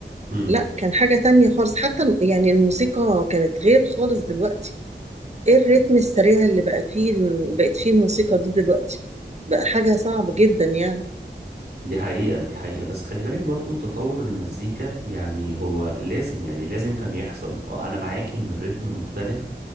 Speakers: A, on the right; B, on the right.
A: امم
B: لا كان حاجة تانية خالص حتى يعني الموسيقى كانت غير خالص دلوقتي ايه الريتم السريع اللي بقى فيه بقت فيه الموسيقى دي دلوقتي بقى حاجة صعبة جدا يعني
A: دي حقيقة دي حقيقة بس خلي بالك برضو تطور المزيكا يعني هو لازم يعني لازم كان يحصل آه، انا معاكي ان الريتم مختلف